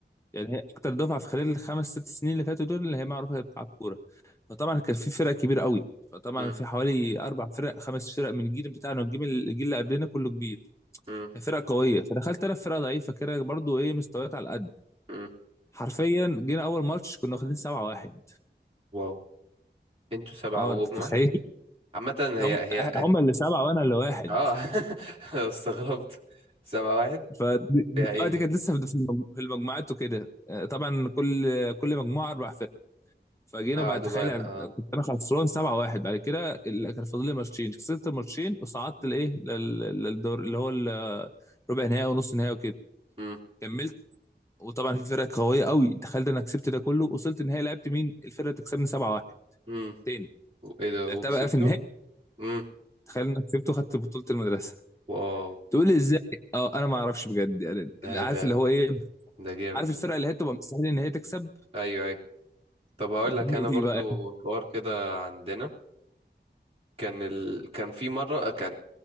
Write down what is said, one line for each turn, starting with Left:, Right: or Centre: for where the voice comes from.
Left: يعني هي اكتر دفعه في خلال الخمس ست سنين اللي فاتوا دول اللي هي معروفه اللي هي بتلعب كوره فطبعا كان في فرق كبيره قوي فطبعا
Right: مم،
Left: في حوالي اربع فرق خمس فرق من الجيل بتاعنا والجيل الجيل اللي قبلنا كله كبير
Right: مم،
Left: فرق قويه فدخلت انا في فرقه ضعيفه كده برضو ايه مستويات على قد
Right: مم.
Left: حرفيا جينا اول ماتش كنا واخدين 7 1
Right: واو انتوا سبعة
Left: اه
Right: وهم
Left: انت تتخيل
Right: واحد
Left: <laughs>
Right: عامة هي
Left: هم
Right: هي
Left: هم اللي سبعه وانا اللي واحد
Right: اه <laughs> أنا استغربت سبعة واحد
Left: ف اه
Right: يا عيني
Left: دي كانت لسه في المج- في المجموعات وكده آه، طبعا كل كل مجموعه اربع فرق فجينا
Right: قعدوا
Left: بعد تخيل
Right: بقى اه
Left: كنت انا خسران 7-1 بعد كده ال- كان فاضل لي ماتشين كسبت الماتشين وصعدت لايه لل- للدور اللي هو ال- ربع نهائي ونص نهائي وكده
Right: مم،
Left: كملت وطبعا في فرق قويه قوي تخيل ده انا كسبت ده كله وصلت النهائي لعبت مين الفرقه اللي تكسبني 7-1
Right: مم.
Left: تاني
Right: ايه ده
Left: لعبتها
Right: وكسبته
Left: بقى في النهائي
Right: امم
Left: تخيل انا كسبت وخدت بطوله المدرسه
Right: واو
Left: تقول لي ازاي اه انا ما اعرفش بجد يعني
Right: ده
Left: اللي عارف
Right: ده
Left: اللي هو ايه
Right: ده جامد
Left: عارف الفرقه اللي هي تبقى مستحيل ان هي تكسب
Right: ايوه ايوه طب هقول
Left: <laughs>
Right: لك
Left: هي
Right: انا
Left: دي
Right: برضو
Left: بقى
Right: حوار كده عندنا كان ال... كان في مره كان